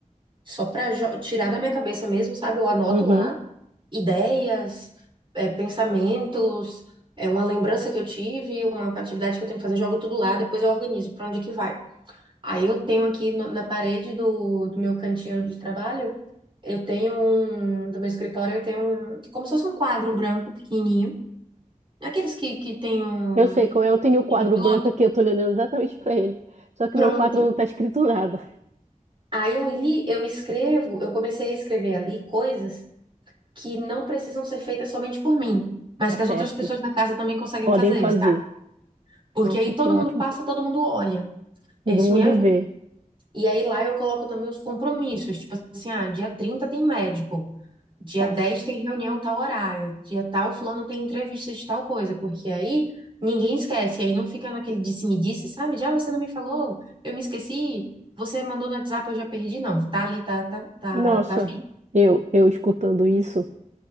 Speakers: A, on the right; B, on the right.
A: só pra jo- tirar da minha cabeça mesmo, sabe? Eu anoto
B: Uhum.
A: lá ideias, é, pensamentos, é uma lembrança que eu tive, uma atividade que eu tenho que fazer, jogo tudo lá, depois eu organizo pra onde que vai. Aí eu tenho aqui no- na parede do, do meu cantinho de trabalho, eu tenho um, do meu escritório, eu tenho um, como se fosse um quadro branco pequenininho, aqueles que, que tem um
B: Eu sei qual é, eu tenho o quadro
A: de piloto.
B: branco aqui, eu tô olhando exatamente para ele. Só que
A: Pronto.
B: meu quadro não tá escrito nada.
A: Aí ali eu escrevo, eu comecei a escrever ali coisas que não precisam ser feitas somente por mim, mas
B: Tá
A: que
B: certo.
A: as outras pessoas da casa também conseguem
B: Podem
A: fazer,
B: fazer.
A: sabe? Porque
B: Nossa,
A: aí todo
B: que ótimo.
A: mundo passa, todo mundo olha. Isso
B: Todo mundo
A: me ajuda.
B: vê.
A: E aí lá eu coloco também os compromissos, tipo assim, ah, dia 30 tem médico. Dia
B: Tá.
A: dez
B: s-
A: tem reunião tal horário, dia tal fulano tem entrevista de tal coisa, porque aí ninguém esquece, aí não fica naquele disse-me-disse, sabe? De, ah, você não me falou, eu me esqueci, você mandou no WhatsApp, eu já perdi, não. Tá ali, tá, tá, tá,
B: Nossa,
A: tá fixo.
B: eu, eu escutando isso,